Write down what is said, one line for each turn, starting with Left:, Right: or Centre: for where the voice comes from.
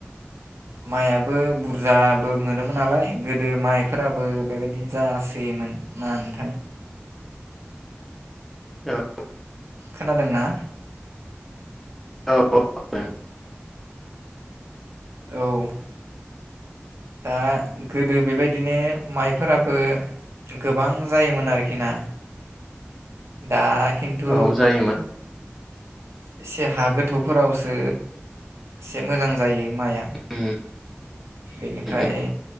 Right: माइयाबो बुरजाबो मोनोमोन नालाय गोदो माइफोराबो बेबायदिनो जासोयोमोन ना नोंथां
Centre: औ
Right: खोनादोंना?
Centre: औ <unintelligible>
Right: औ दा गोदो बेबायदिनो माइफोराबो गोबां जायोमोन आरोखि ना दा खिन्थु
Centre: औ जायोमोन।
Right: एसे हा गोथौफोरावसो एसे मोजां जायो माइआ
Centre: उम
Right: बेनिफ्राय
Centre: उम